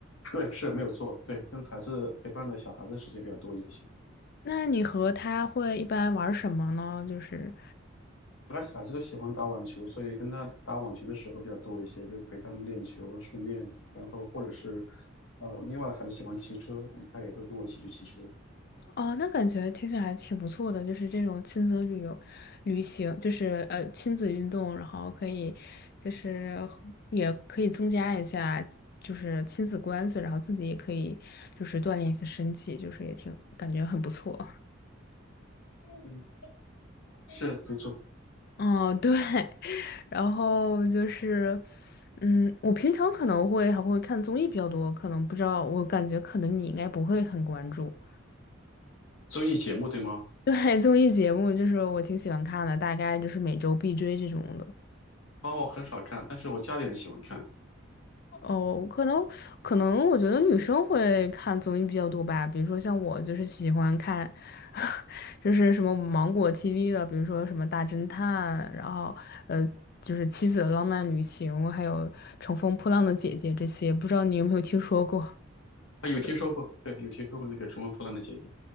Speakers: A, on the left; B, on the left.
A: 对，是没有错，对，跟孩子陪伴的小孩子时间比较多一些。
B: 那你和他会一般玩什么呢？就是，
A: 而且孩子都喜欢打网球，所以跟他打网球的时候比较多一些，就陪他们练球，训练，然后或者是，呃，另外孩子喜欢骑车，他也会跟我一起去骑车。
B: 哦，那感觉听起来还挺不错的，就是这种亲子旅游、旅行，就是呃亲子运动，然后可以，就是也可以增加一下就是亲子关系，然后自己也可以就是锻炼一下身体，就是也挺感觉很不错。
A: 嗯，是没错，
B: <laughs> 哦，对。然后就是，嗯，我平常可能会还会看综艺比较多，可能不知道，我感觉可能你应该不会很关注。<laughs>
A: 综艺节目对吗？
B: 对，综艺节目就是我挺喜欢看的，大概就是每周必追这种的。
A: 哦，很少看，但是我家里人喜欢看。
B: 哦，可能可能我觉得女生会看综艺比较多吧，比如说像我就是喜欢看，<laughs> 就是什么芒果 TV 的，比如说什么大侦探，然后呃就是妻子的浪漫旅行，还有乘风破浪的姐姐这些，不知道你有没有听说过？
A: 啊，有听说过，对，有听说过那个《乘风破浪的姐姐》。